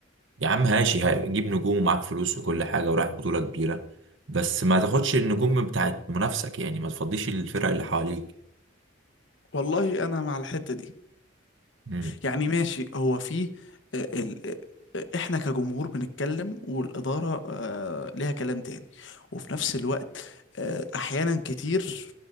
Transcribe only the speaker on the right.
يا عم هاشي هجيب نجوم ومعاك فلوس وكل حاجة ورايح بطولة كبيرة بس ما تاخدش النجوم بتاعت منافسك يعني ما تفضيش الفرق اللي حواليك
امم